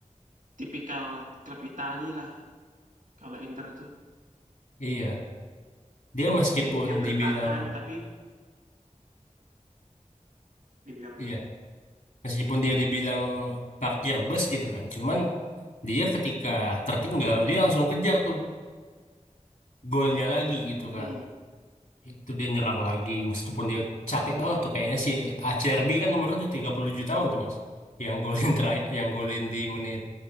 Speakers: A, on the right; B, on the left.
A: tipikal klub Itali lah, kalau Inter tuh.
B: Iya, dia meskipun
A: Kayak dia bertahan
B: dibilang
A: tapi dibilang
B: iya,
A: lah
B: meskipun dia dibilang parkir bus gitu kan. Cuman dia ketika tertinggal dia langsung kejar tuh golnya lagi gitu kan.
A: mhm,
B: Itu dia nyerang lagi. Meskipun dia capek banget tuh kayaknya si ACRB kan umurnya udah 37 tahun tuh Mas. Yang golin terakhir, yang golin di menit